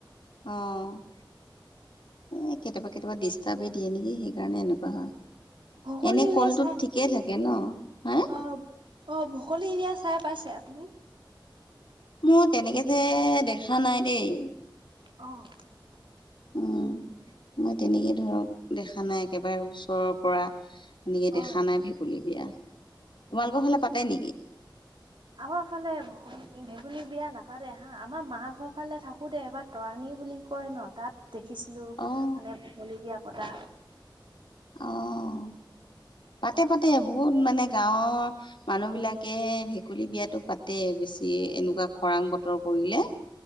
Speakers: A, on the left (about 75°); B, on the right (about 75°).
A: অ', এ কেতিয়াবা কেতিয়াবা ডিষ্টাৰ্বেই দিয়ে নেকি, সেইকাৰণে এনেকুৱা হয়।
B: ভকলী
A: এনেই
B: বিয়া
A: কলটোত
B: চাই
A: ঠিকেই থাকে ন? হা
B: অ', অ', অ, ভকলি বিয়া চাই পাইছে আপুনি?
A: মোৰ তেনেকে যে দেখা নাই দেই।
B: অ'।
A: উম, মই তেনেকেই ধৰক দেখা নাই একেবাৰে ওচৰৰ পৰা। এনেকে দেখা
B: অ
A: নাই ভেকুলী বিয়া। তোমালোকৰ ফাললে পাতে নেকি?
B: আমাৰ ফালে ভেকুলীৰ বিয়া নাপাতে হা। আমাৰ মা ঘৰ ফালে থাকো দে এবাৰ তৰাণী বুলি কয় ন তাত দেখিছিলোঁ
A: অ',
B: মানে ভেকুলী বিয়া পতা।
A: অ', পাতে পাতে বহুত মানে গাঁৱৰ মানুহবিলাক তাকে ভেকুলী বিয়াতো পাতে বেছি এনেকুৱা খৰাং বতৰ কৰিলে।